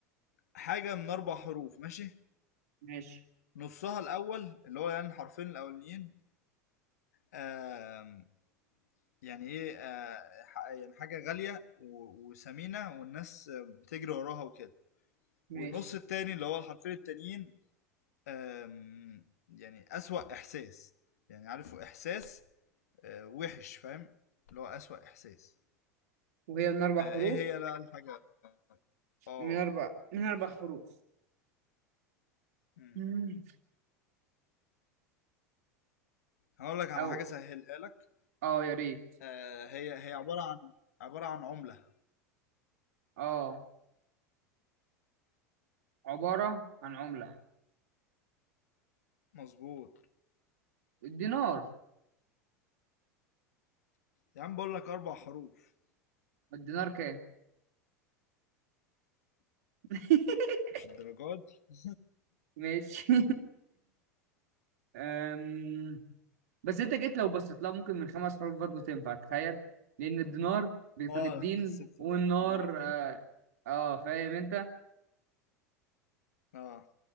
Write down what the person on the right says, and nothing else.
ماشي
ماشي
وهي من اربع
حروف
من اربع من اربع حروف
مم.
او
اه يا ريت
اه عبارة عن عملة
الدينار
الدينار كام <laughs>
ماشي <laughs> أم... بس انت جيت لو بصيت لها ممكن من خمس حروف برضه تنفع تخيل لان الدينار بيكون
الدين
والنار
اه, آه فاهم انت